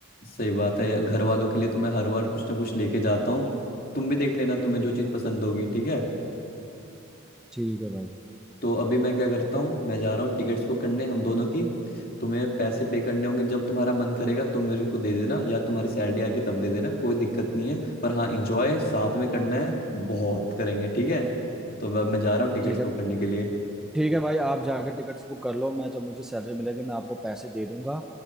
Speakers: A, on the left; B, in the centre.
A: सही बात है घर वालों के लिए तो मैं हर बार कुछ ना कुछ लेके जाता हूँ तुम भी देख लेना तुम्हें जो चीज पसंद होगी ठीक है
B: ठीक है भाई
A: तो अभी मैं क्या करता हूँ मैं जा रहा हूँ टिकट्स बुक करने हम दोनों की तुम्हें पैसे पे करने होंगे जब तुम्हारा मन करेगा तो मेरे को दे देना या तुम्हारी सैलरी आके तब दे देना कोई दिक्कत नहीं है पर हाँ इंजॉय साथ में करना है बहुत करेंगे ठीक है तो अब मैं जा रहा हूँ टिकट्स
B: ठीक है
A: बुक करने के लिए
B: ठीक है भाई आप जाकर टिकट्स बुक कर लो मैं जब मुझे सैलरी मिलेगी मैं आपको पैसे दे दूंगा